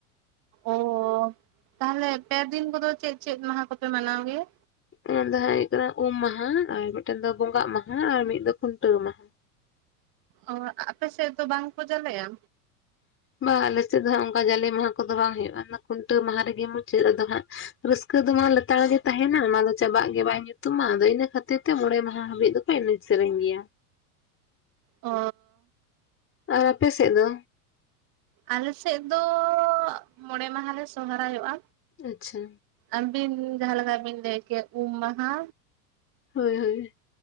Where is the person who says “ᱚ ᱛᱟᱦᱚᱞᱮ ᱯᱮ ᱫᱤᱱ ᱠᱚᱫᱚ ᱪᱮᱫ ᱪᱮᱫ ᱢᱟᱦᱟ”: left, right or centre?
Right